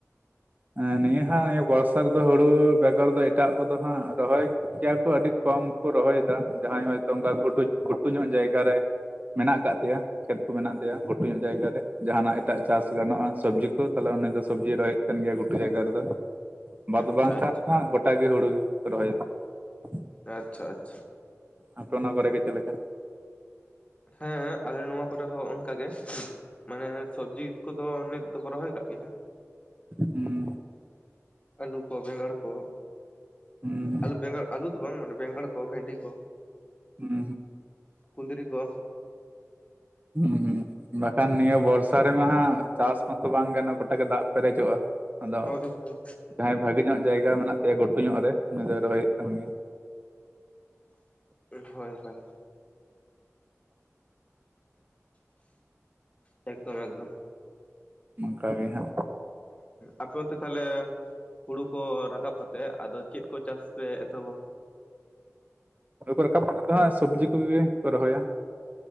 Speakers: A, on the right (about 30°); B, on the left (about 25°).
A: ᱮᱸ ᱱᱤᱭᱟᱹ ᱦᱟᱸᱜ ᱱᱤᱭᱟᱹ ᱵᱚᱨᱥᱟ ᱨᱮᱫᱚ ᱦᱩᱲᱩ ᱵᱮᱜᱚᱨ ᱫᱚ ᱮᱴᱟᱜ ᱠᱚᱫᱚ ᱦᱟᱸᱜ ᱨᱚᱦᱚᱭ ᱠᱮᱭᱟ ᱠᱚ ᱟᱹᱰᱤ ᱠᱚᱢ ᱠᱚ ᱨᱚᱦᱚᱭᱫᱟ ᱡᱟᱦᱟᱸᱭ ᱦᱚᱭᱛᱚ ᱚᱝᱠᱟ ᱜᱩᱰᱩᱡ ᱜᱷᱩᱰᱩ ᱧᱚᱜ ᱡᱟᱭᱜᱟ ᱨᱮ ᱢᱮᱱᱟᱜ ᱠᱟᱫ ᱯᱮᱭᱟ? ᱠᱷᱮᱛ ᱠᱚ ᱢᱮᱱᱟᱜ ᱜᱮᱭᱟ ᱜᱷᱴᱩ ᱧᱚᱜ ᱡᱟᱭᱜᱟ ᱨᱮ ᱡᱟᱦᱱᱟᱜ ᱮᱴᱟᱜ ᱪᱟᱥ ᱜᱟᱱᱚᱜᱼᱟ ᱥᱚᱵᱽᱡᱤ ᱠᱚ ᱛᱟᱦᱚᱞᱮ ᱩᱱᱤ ᱫᱚ ᱥᱚᱵᱽᱡᱤ ᱨᱚᱦᱚᱭ ᱠᱟᱱ ᱜᱮᱭᱟ ᱜᱷᱩᱴᱩ ᱡᱟᱭᱜᱟ ᱨᱮᱫᱚ ᱵᱟᱫ
B: ᱟᱪᱪᱷᱟ
A: ᱵᱟᱝᱠᱷᱟᱱ
B: ᱟᱪᱪᱷᱟ
A: ᱜᱚᱴᱟ ᱜᱮ ᱦᱩᱲᱩ ᱜᱮᱠᱚ ᱨᱚᱦᱚᱭ ᱫᱟ ᱾
B: ᱟᱪᱷᱟ ᱟᱪᱷᱟ
A: ᱟᱯᱮ ᱚᱱᱟ ᱠᱚᱨᱮ ᱜᱮ ᱪᱮᱜ ᱞᱮᱠᱟ?
B: ᱦᱮᱸ ᱟᱞᱮ ᱱᱚᱣᱟ ᱠᱚᱨᱮ ᱦᱚᱸ ᱚᱱᱠᱟᱜ ᱜᱮ, ᱢᱟᱱᱮ ᱥᱚᱵᱡᱤ ᱠᱚᱫᱚ ᱱᱤᱛ ᱫᱚᱠᱚ ᱨᱚᱦᱚᱭ ᱟᱠᱟᱫ ᱜᱮᱭᱟ
A: ᱦᱩᱸ
B: ᱟᱞᱩ ᱠᱚ ᱵᱮᱸᱜᱟᱲ ᱠᱚ
A: ᱦᱩᱸ
B: ᱟᱞᱩ ᱵᱮᱸᱜᱟᱲ ᱟᱞᱩ ᱫᱚ ᱵᱟᱝ ᱢᱟᱱᱮ ᱵᱮᱸᱜᱟᱲ ᱠᱚ ᱵᱷᱮᱱᱰᱤ ᱠᱚ
A: ᱦᱩᱸ
B: ᱠᱩᱸᱫᱽᱨᱤ ᱠᱚ
A: ᱦᱩᱸ ᱦᱩᱸ ᱦᱩᱸ ᱵᱟᱠᱷᱟᱱ ᱱᱤᱭᱟᱹ ᱵᱚᱨᱥᱟ ᱨᱮᱢᱟ ᱦᱟᱜ ᱪᱟᱥ ᱢᱟᱛᱚ ᱵᱟᱝ ᱜᱟᱱᱚᱜ ᱜᱚᱴᱟᱜ ᱜᱮ ᱫᱟᱜ ᱯᱮᱨᱮᱡᱚᱜᱼᱟ ᱟᱫᱚ
B: ᱦᱳᱭ ᱦᱳᱭ
A: ᱡᱟᱦᱟᱸᱭ ᱵᱷᱟᱜᱮ ᱧᱚᱜ ᱡᱟᱭᱜᱟ ᱢᱮᱱᱟᱜ ᱛᱟᱭᱟ ᱜᱷᱩᱴᱩ ᱧᱚᱜ ᱨᱮ ᱩᱱᱤ ᱫᱚᱭ ᱨᱚᱦᱚᱭᱮᱫ ᱠᱟᱱ ᱜᱮᱭᱟ᱾
B: ᱦᱳᱭ ᱦᱳᱭ ᱮᱠᱫᱚᱢ ᱮᱠᱫᱚᱢ
A: ᱚᱱᱠᱟ ᱜᱮ ᱦᱟᱜ
B: ᱟᱯᱮ ᱚᱱᱛᱮ ᱛᱟᱦᱚᱞᱮ ᱦᱩᱲᱩ ᱠᱚ ᱨᱟᱠᱟᱵ ᱠᱟᱛᱮᱜ ᱟᱫᱚ ᱪᱮᱫ ᱠᱚ ᱪᱟᱥ ᱯᱮ ᱮᱛᱚᱦᱚᱵᱼᱟ?
A: ᱦᱩᱨᱩ ᱠᱚ ᱨᱟᱠᱟᱵ ᱠᱟᱛᱮᱛ ᱫᱚ ᱦᱟᱸᱜ ᱥᱚᱵᱽᱡᱤ ᱠᱚᱜᱮ ᱠᱚ ᱨᱚᱦᱚᱭᱟ᱾